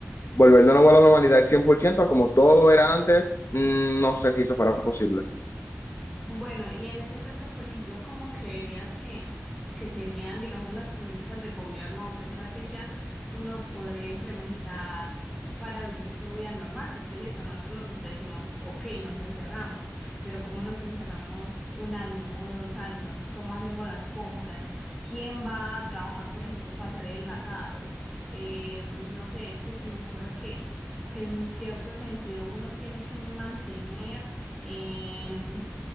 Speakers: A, on the left; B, in the centre.
A: volver de nuevo a la normalidad al 100% como todo era antes, mm, no sé si eso fuera posible.
B: Bueno, y en ese caso, por ejemplo, ¿cómo creerías que, que serían, digamos, las políticas de gobierno o qué estrategias uno podría implementar para vivir su vida normal? Porque listo, nosotros nos decimos, ok, nos encerramos, pero ¿cómo nos encerramos un año o dos años? ¿Cómo hacemos las compras? ¿Quién va a trabajar, por ejemplo, para hacer enlatados? Eh, no sé, es que se me ocurre que, que en cierto sentido uno tiene que mantener... em,